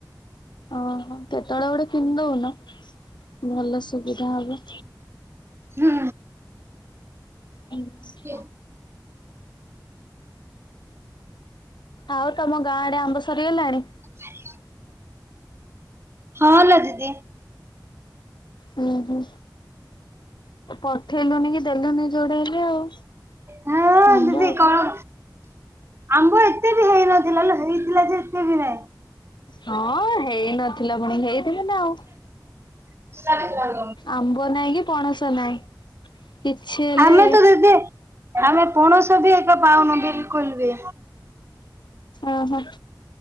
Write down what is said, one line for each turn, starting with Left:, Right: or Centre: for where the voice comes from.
Left: ଓହୋ କେତେବେଳେ ଗୋଟେ କିଣ ଦଉନ ଭଲ ସୁବିଧା ହବ।
Right: ହୁଁ।
Left: ହୁଁ।
Right: <unintelligible>
Left: ଆଉ ତମ ଗାଁ ଆଡେ ଆମ୍ବ ସରିଗଲାଣି?
Right: ଖାଇ ହଁ ଲୋ ଦିଦି।
Left: ହୁଁ ହୁଁ, ପ ଠେଇଲୁନି କି ଦେଲୁନି ଯୋଡେ ହେଲେ ଆଉ।
Right: ହଁ
Left: ଆମ୍ବ
Right: ଦିଦି
Left: ଆଉ।
Right: କଣ ଆମ୍ବ ଏତେ ବି ହେଇନଥିଲା ଲୋ, ହେଇଥିଲା ଯେ ଏତେ ବି ନାହିଁ।
Left: ହଁ ହେଇନଥିଲା ପୁଣି, ହେଇଥିଲି ନା ଆଉ।
Right: <unintelligible>
Left: ଆମ୍ବ ନାଇଁ କି ପଣସ ନାଇଁ, କିଛି ହେଲେ
Right: ଆମେ ତ ଦିଦି, ଆମେ ପଣସ ବି ଏତେ ପାଉନୁ ବିଲକୁଲ ବି।
Left: ଓହୋ।